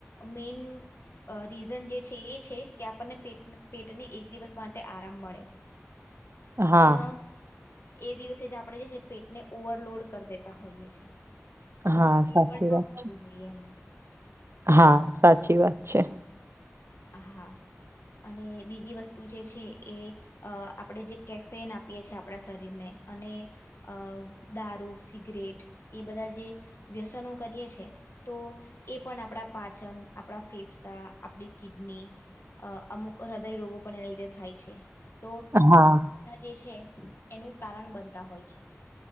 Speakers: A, on the left (about 60°); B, on the right (about 65°).
A: મેન અ રીઝન જે છે એ છે કે આપણને પેટ પેટને એક દિવસ માટે આરામ મળે.
B: <inaudible> હા,
A: પણ એ દિવસે જ આપણે જે પેટને ઓવરલોડ કરી દેતા હોઈએ છે. તો
B: હા, સાચી
A: એ પણ
B: વાત.
A: ન ખવું જોઈએ એમ.
B: હા સાચી વાત છે.
A: હા અને બીજી વસ્તુ જે છે એ અ આપણે જે કેફેન આપીએ છીએ આપણા શરીરને અને અ દારૂ સિગરેટ એ બધા જે વ્યસનો કરીએ છે તો એ પણ આપણા પાચન આપડા ફેફસા આપણી કિડની અ અમુક હૃદય રોગો પણ એને લીધે થાય છે તો
B: હા,
A: જે છે એનું કારણ બનતા હોય છે